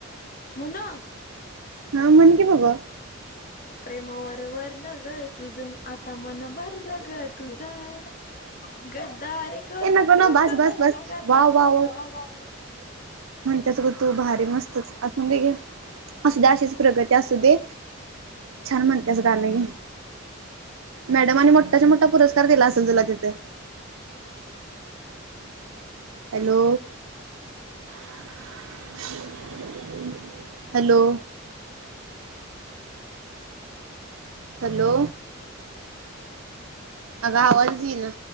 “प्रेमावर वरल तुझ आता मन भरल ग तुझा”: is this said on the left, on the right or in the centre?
Left